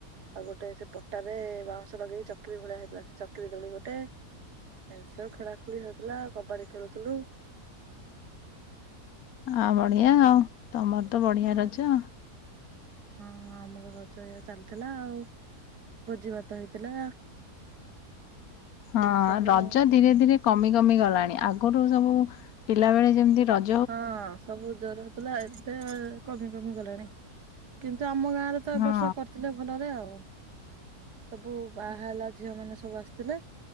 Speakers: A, on the right; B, on the left.
A: ଆଉ ଗୋଟେ ସେ ପଟାରେରେ ବାଉଁଶ ଲଗେଇ ଚକିରି ଭଳିଆ ହେଇଥିଲା ସେ ଚକିରି ଦୋଳି ଗୋଟେ ଏମିତିବୁ ଖେଳା ଖେଳି ହେଉଥିଲା କବାଡି ଖେଳୁଥିଲୁ।
B: ହଁ ବଢିଆ ଆଉ ତମର ତ ବଢିଆ
A: ଉଁ
B: ର ଅଛ।
A: ହଁ ଆମର ରଜ ଏଇଆ ଚାଲିଥିଲା ଆଉ ଭୋଜି ଭାତ ହେଇଥିଲା।
B: ହଁ
A: ସବୁ
B: ରଜା
A: ଆଉ
B: ଧୀରେ ଧୀରେ କମି କମି ଗଲାଣି ଆଗରୁ ସବୁ ପିଲାବେଳେ ଯେମତି ରଜା
A: ହଁ ସବୁ ଜୋରରେ ଥିଲା ଏବେ କମି କମି ଗଲାଣି କିନ୍ତୁ ଆମ ଗାଁରେ ତ ଏ
B: ହଁ
A: ବର୍ଷ ଥିଲେ ଭଲରେ ଆଉ ସବୁ ବାହାଲା ଝିଅ ମାନେ ସବୁ ଆସିଥିଲେ।